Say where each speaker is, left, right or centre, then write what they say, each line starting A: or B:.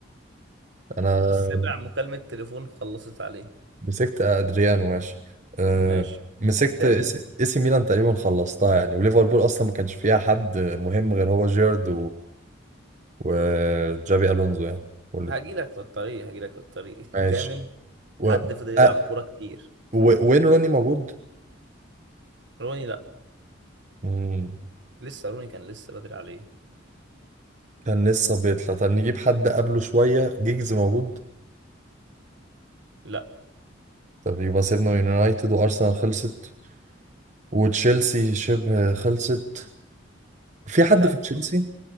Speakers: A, on the right; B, on the right.
A: انا
B: السابع مكالمة تليفون خلصت عليه
A: مسكت ادريانو ماشي آه
B: ماشي
A: مسكت
B: الثامن
A: اس إيه سي ميلان تقريبا خلصتها يعني وليفربول اصلا ما كانش فيها حد مهم غير هو جيرد وجابي الونزو يعني واللي
B: هجيلك في الطريق هجيلك في الطريق الثامن
A: ماشي و...
B: حد فضل يلعب
A: أ...
B: كورة كتير
A: و... وين روني موجود
B: روني لا
A: مم.
B: لسه روني كان لسه بدري عليه
A: كان لسه بيطلع طب نجيب حد قبله شويه جيجز موجود
B: لا
A: طب يبقى سيبنا من يونايتد وارسنال خلصت وتشيلسي شبه خلصت في حد
B: لا
A: في تشيلسي
B: بص